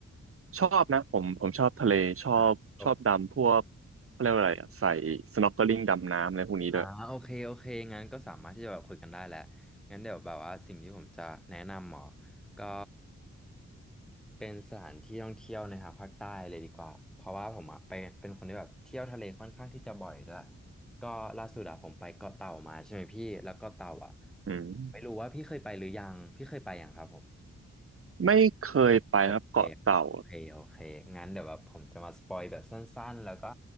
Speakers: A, on the right; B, in the centre.
A: ชอบนะผมผมชอบทะเลชอบชอบดำพวกเขาเรียกว่าอะไรอะใส่
B: อ่ะ
A: snorkeling ดำน้ำอะไรพวกนี้ด้วย
B: อ่าโอเคโอเคงั้นก็สามารถที่จะแบบคุยกันได้แหละงั้นเดี๋ยวแบบว่าสิ่งที่ผมจะแนะนำหมอก็เป็นสถานที่ท่องเที่ยวในทางภาคใต้เลยดีกว่าเพราะว่าผมอ่ะไปเป็นคนที่แบบเที่ยวทะเลค่อนข้างที่จะบ่อยด้วยก็ล่าสุดอะผมไปเกาะเต่ามาใช่ไหมพี่แล้วเกาะเต่าอ่ะ
A: อืม
B: ไม่รู้ว่าพี่เคยไปหรือยังพี่เคยไปยังครับผม
A: ไม่เคยไปครับเกาะเต่า
B: โอเคครับโอเคโอเคงั้นเดี๋ยวแบบผมจะมาสปอยแบบสั้นๆแล้วก็